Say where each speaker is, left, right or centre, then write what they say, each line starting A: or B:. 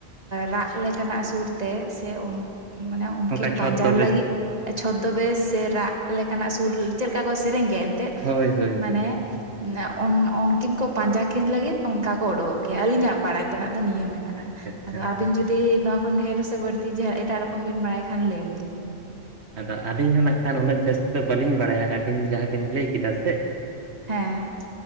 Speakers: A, on the right; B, on the right.
A: ᱨᱟᱜ ᱞᱮᱠᱟᱱᱟᱜ ᱥᱩᱨᱛᱮ ᱥᱮ ᱚᱱ ᱢᱟᱱᱮ ᱩᱱᱠᱤᱱ
B: ᱚᱱᱠᱟ ᱪᱷᱚᱛ
A: ᱯᱟᱸᱡᱟ
B: ᱫᱚ ᱵᱮᱥ
A: ᱞᱟᱹᱜᱤᱫ ᱪᱷᱚᱛ ᱛᱚᱵᱮ ᱥᱮ ᱨᱟᱜ ᱞᱮᱠᱟᱱᱟᱜ ᱥᱩᱨ ᱪᱮᱫ ᱞᱮᱠᱟ ᱠᱚ ᱥᱮᱨᱮᱧ ᱜᱮ ᱮᱱᱛᱮᱫ
B: ᱦᱳᱭ ᱦᱳᱭ
A: ᱢᱟᱱᱮ
B: ᱦᱳᱭ
A: ᱚᱱᱟ ᱚᱱ ᱚᱱ ᱩᱱᱠᱤᱱ ᱠᱚ ᱯᱟᱸᱡᱟ ᱠᱤᱱ ᱞᱟᱹᱜᱤᱫ ᱚᱱᱠᱟ ᱠᱚ ᱩᱰᱩᱠᱚᱜ ᱜᱮᱭᱟ ᱟᱹᱞᱤᱧᱟᱜ ᱵᱟᱲᱟᱭ ᱛᱮᱱᱟᱜ ᱫᱚ ᱱᱤᱭᱟᱹ ᱢᱮᱱᱟᱜᱼᱼ
B: ᱟᱪᱪᱷᱟ
A: ᱢᱮᱱᱟᱜᱼᱟ
B: ᱟᱪᱪᱷᱟ
A: ᱟᱫᱚ ᱟᱹᱵᱤᱱ ᱡᱩᱫᱤ ᱱᱚᱣᱟ ᱠᱷᱚᱱ ᱰᱷᱮᱨ ᱥᱮ ᱵᱟᱹᱲᱛᱤ ᱮᱴᱟᱜ ᱨᱚᱠᱚᱢ ᱵᱤᱱ ᱵᱟᱲᱟᱭ ᱠᱷᱟᱱ ᱞᱟᱹᱭ ᱟᱹᱞᱤᱧ ᱵᱤᱱ
B: ᱟᱫᱚ ᱟᱹᱞᱤᱧ ᱦᱚᱸ ᱱᱟᱜ ᱠᱷᱟᱱ ᱩᱱᱟᱹᱜ ᱡᱟᱹᱥᱛᱤ ᱫᱚ ᱵᱟᱹᱞᱤᱧ ᱵᱟᱲᱟᱭᱟ ᱟᱹᱵᱤᱱ ᱡᱟᱦᱟᱸ ᱵᱤᱱ ᱞᱟᱹᱭ ᱠᱮᱫᱟ ᱥᱮ
A: ᱦᱮᱸ